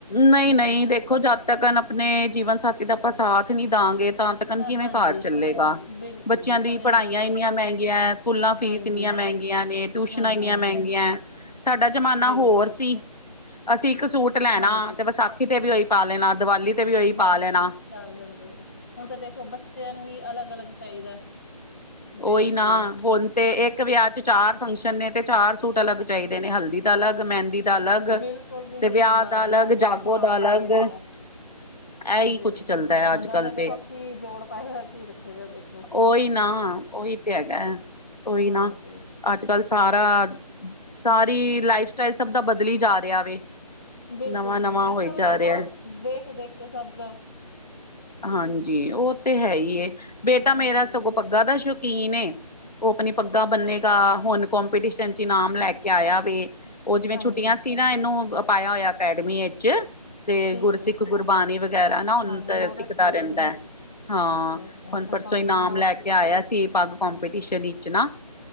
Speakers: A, on the left (about 80°); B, on the left (about 25°).
A: ਨਹੀਂ - ਨਹੀਂ ਦੇਖੋ ਜਦ ਤੱਕ ਆਪਣੇ ਜੀਵਨ ਸਾਥੀ। ਜੇ ਆਪਾਂ ਸਾਥ ਨਹੀਂ ਦਾਂਗੇ ਤਾਂ ਤੱਕਨ ਕਿਵੇਂ
B: ਹਾਂਜੀ
A: ਕਾਰ ਚੱਲੇਗਾ।
B: ਬਿਲਕੁਲ
A: ਬੱਚਿਆਂ
B: ਜੀ
A: ਦੀ
B: ਕਲਿਆਂ
A: ਪੜ੍ਹਾਈਆਂ
B: ਨਾਲ
A: ਇੰਨੀਆਂ ਮਹਿੰਗੀਆਂ। ਸਕੂਲਾਂ ਫੀਸ
B: ਹਾਂਜੀ
A: ਇੰਨੀਆਂ ਮਹਿੰਗੀਆਂ ਨੇ ਟਿਊਸ਼ਨਾਂ
B: ਹਾਂਜੀ
A: ਇੰਨੀਆਂ
B: ਹਾਂਜੀ
A: ਮਹਿੰਗੀਆਂ। ਸਾਡਾ ਜ਼ਮਾਨਾ
B: ਬਿਲਕੁਲ
A: ਹੋਰ ਸੀ। ਅਸੀਂ ਇੱਕ ਸੂਟ ਲੈਣਾ
B: ਹਾਂਜੀ
A: ਤੇ ਵਿਸਾਖੀ ਤੇ ਵੀ ਉਹੀ ਪਾ ਲੈਣਾ। ਦੀਵਾਲੀ ਤੇ ਵੀ ਉਹੀ
B: ਬਸ
A: ਪਾ ਲੈਣਾ।
B: ਜੀ ਚੱਲ ਜਾਂਦਾ ਸੀ ਹੁਣ ਤਾਂ ਦੇਖੋ ਬੱਚਿਆਂ ਨੂੰ ਵੀ ਅਲੱਗ - ਅਲੱਗ ਚਾਹੀਦਾ। ਬਿਲਕੁਲ
A: ਉਹੀ ਨਾ। ਹੁਣ ਤੇ ਇੱਕ ਵਿਆਹ ਚ ਚਾਰ। ਫੰਕਸ਼ਨ ਨੇ ਤੇ ਚਾਰ ਸੂਟ ਅਲੱਗ ਚਾਹੀਦੇ ਨੇ ਹਲਦੀ ਦਾ ਅਲੱਗ ਮਹਿੰਦੀ। ਦਾ ਅਲੱਗ
B: ਬਿਲਕੁਲ ਜੀ
A: ਤੇ ਵਿਆਹ
B: ਬਸ
A: ਦਾ ਅਲੱਗ
B: ਜੀ ਅੱਜ ਕੱਲ
A: ਜਾਗੋ
B: ਦੇਖੋ ਹਾਂ
A: ਦਾ ਅਲੱਗ।
B: ਇਹ ਵੀ ਹੈਗਾ
A: ਇਹਹੀ
B: ਬਿਲਕੁਲ
A: ਕੁੱਛ ਚੱਲਦਾ ਹੈ।
B: ਬੰਦਾ
A: ਅੱਜ ਕੱਲ
B: ਫੇਰ ਦੇਖੋ
A: ਤੇ
B: ਕੀ ਜੋੜ ਪਾਏਗਾ ਕੀ ਰੱਖੇਗਾ ਦੇਖੋ
A: ਉਹੀ ਨਾ ਉਹੀ। ਤੇ ਹੈਗਾ ਉਹੀ
B: ਹਾਂਜੀ
A: ਨਾ। ਅੱਜ ਕੱਲ੍ਹ ਸਾਰਾ। ਸਾਰੇ ਲਾਈਫ ਸਟਾਈਲ ਸਭ ਦਾ ਬਦਲੀ ਜਾ ਰਿਹਾ ਵੇ।
B: ਬਿਲਕੁਲ
A: ਨਵਾਂ
B: ਜੀ,
A: ਨਵਾਂ
B: ਇਹ
A: ਹੋਈ
B: ਸਭ
A: ਜਾ
B: ਦੇਖੋ
A: ਰਿਹਾ।
B: ਦੇਖ-ਦੇਖ ਕੇ ਸਬਦਾ।
A: ਹਾਂਜੀ, ਓ ਤੇ ਹੈ ਈ ਏ, ਬੇਟਾ ਮੇਰਾ
B: ਹਾਂਜੀ
A: ਸਗੋਂ ਪੱਗਾ ਦਾ ਸ਼ੌਕੀਨ ਏ। ਓ ਅਪਣੀ ਪੱਗਾ
B: ਅੱਛਾ
A: ਬੰਨੇਗਾ
B: ਜੀ
A: ਹੁਨ ਕੋਂਪੀਟੀਸ਼ਨ ਚ ਇਨਾਮ ਲੈ ਕੇ ਆਇਆ ਵੇ, ਓ ਜਿਵੇਂ
B: ਹਾਂਜੀ
A: ਛੁੱਟੀਆਂ ਸ ਏਨਾ ਇਹਨੂੰ ਪਾਇਆ ਓਇਆ ਅਕੈਡਮੀ ਇਚ। ਤੇ
B: ਠੀਕ
A: ਗੁਰਸਿੱਖ
B: ਹੈ
A: ਗੁਰਬਾਣੀ ਵਗੈਰਾ ਨਾ ਉਨ
B: ਹਾਂਜੀ
A: ਤੇ
B: ਬਹੁਤ
A: ਸੀ
B: ਅੱਛੀ
A: ਤਾ
B: ਗੱਲ
A: ਰਹਿੰਦੈ,
B: ਹੈ ਜੀ
A: ਹਾਂ,
B: ਠੀਕ ਹੈ
A: ਪਨ
B: ਸਰਪਾਲ
A: ਪਰਸੋਂ ਇਨਾਮ
B: ਦੀ ਵੀ ਬਹੁਤ
A: ਲੈ ਕੇ ਆਇਆ ਸੀ ਪੱਗ ਕੋਂਪ ਪਟੀਸ਼ਨੀ ਚ ਨਾ।